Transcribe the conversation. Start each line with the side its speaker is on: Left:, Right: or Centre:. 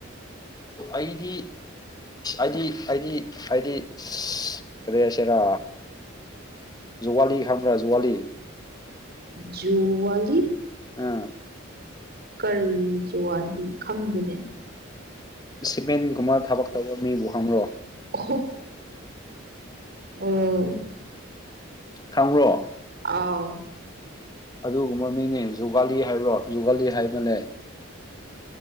Left: ꯑꯩꯗꯤ ꯑꯩꯗꯤ ꯑꯩꯗꯤ ꯑꯩꯗꯤ ꯀꯔꯤ ꯍꯥꯏꯁꯦꯔꯥ ꯖꯨꯒꯂꯤ ꯈꯪꯕꯔꯥ ꯖꯨꯒꯂꯤ
Right: ꯖꯨꯨꯋꯥꯂꯤ
Left: ꯎꯝ
Right: ꯀꯔꯤ ꯖꯨꯋꯥꯂꯤ ꯈꯪꯗꯦꯅꯦ
Left: ꯁꯤꯃꯦꯟꯒꯨꯝꯕ ꯊꯕꯛ ꯇꯧꯕ ꯃꯤꯕꯨ ꯍꯪꯔꯣ
Right: ꯑꯣꯍꯣ ꯎꯝ
Left: ꯈꯪꯕ꯭ꯔꯣ
Right: ꯑꯥꯎ
Left: ꯑꯗꯨꯒꯨꯝꯕ ꯃꯤꯅꯦ ꯖꯨꯋꯥꯂꯤ ꯍꯥꯏꯕ꯭ꯔꯣ ꯖꯨꯒꯥꯂꯤ ꯍꯥꯏꯕꯅꯦ